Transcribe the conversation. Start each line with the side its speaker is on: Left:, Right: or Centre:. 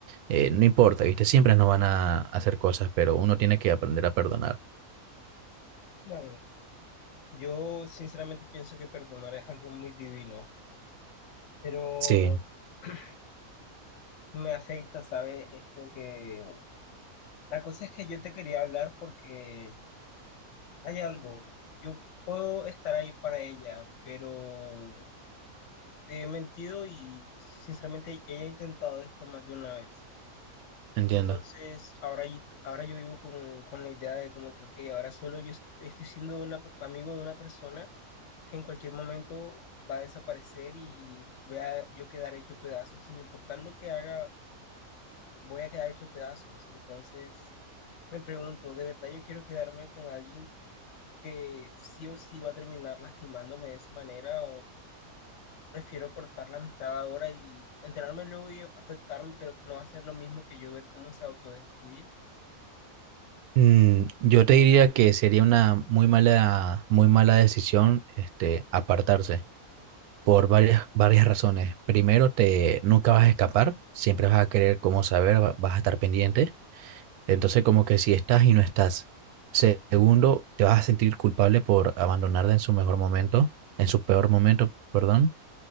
Right: Eh, no importa, ¿viste? Siempre nos van a hacer cosas, pero uno tiene que aprender a perdonar.
Left: claro, yo sinceramente pienso que perdonar es algo muy divino, pero
Right: Sí,
Left: <clears throat> me afecta, sabe Esto que... La cosa es que yo te quería hablar porque hay algo. Yo puedo estar ahí para ella, pero Te he mentido y sinceramente he intentado esto más de una vez.
Right: entiendo.
Left: Entonces, ahora, y- ahora yo vivo con, con la idea de como que, ok, ahora solo yo est- estoy siendo una per- amigo de una persona que en cualquier momento va a desaparecer y voy a yo quedar hecho pedazos. Sin importar lo que haga, voy a quedar hecho pedazos. Entonces, me pregunto, ¿de verdad yo quiero quedarme con alguien que sí o sí va a terminar lastimándome de esa manera Prefiero cortar la amistad ahora y enterarme luego y afectarme, pero no va a ser lo mismo que yo ver cómo se autodestruye.
Right: Mm, yo te diría que sería una muy mala, muy mala decisión, este, apartarse por varias, varias razones. Primero, te nunca vas a escapar, siempre vas a querer cómo saber, va- vas a estar pendiente. Entonces, como que si estás y no estás. Segundo, te vas a sentir culpable por abandonarla en su mejor momento, en su peor momento, perdón.